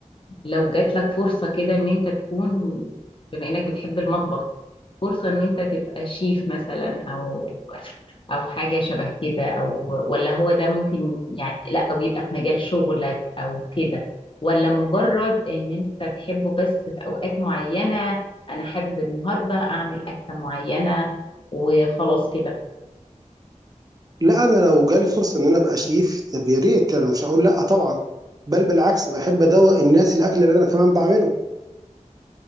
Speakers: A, on the left; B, on the right.
A: لو جات لك فرصة كده ان انت تكون بما انك بتحب المطبخ فرصة ان انت تبقى شيف مثلا او او حاجة شبه كده او ولا هو ده ممكن يعني لا او يبقى في مجال شغلك او كده ولا مجرد ان انت تحبه بس في اوقات معينة انا حابب النهاردة اعمل اكلة معينة وخلاص كده
B: لا انا لو جالي فرصه ان انا ابقى شيف طب يا ريت انا مش هقول لا طبعا بل بالعكس بحب ادوق الناس الاكل اللي انا كمان بعمله